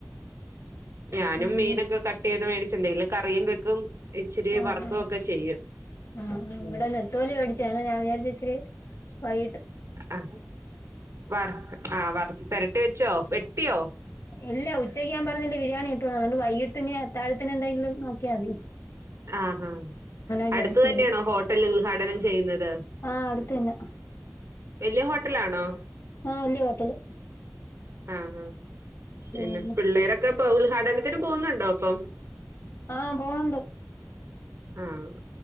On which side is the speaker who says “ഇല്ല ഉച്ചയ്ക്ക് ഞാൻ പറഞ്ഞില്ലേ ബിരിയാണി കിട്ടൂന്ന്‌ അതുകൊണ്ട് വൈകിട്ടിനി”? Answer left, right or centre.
Left